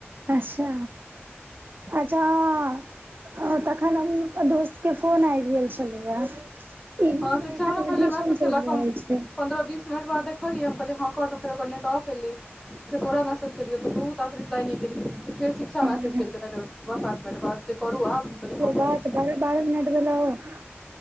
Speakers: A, on the right; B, in the centre.
A: अच्छा अच्छा हाँ ओ तखन हम दोस्त के फोन आबि गेल छलैया इग्नू
B: हँ
A: मे
B: शिक्षा
A: एखन
B: हमरा
A: एडमिशन
B: पहिले मैसेज
A: चलि
B: केल कऽ
A: रहल छै
B: पन्द्रह बीस मिनट तोरा देखलियै हम कहलीये हँ कर त फेर ओकर नेट ऑफ एले फेर तोरा मैसज केलिय तऽ तु रिप्लाई नहि केलही तऽ फेर शिक्षा मैसेज
A: ह
B: केलकै तकर पाँच सात मिनट बाद जे करू आब हम कहलियै हँ करू
A: रात बारह बारह मिनट ह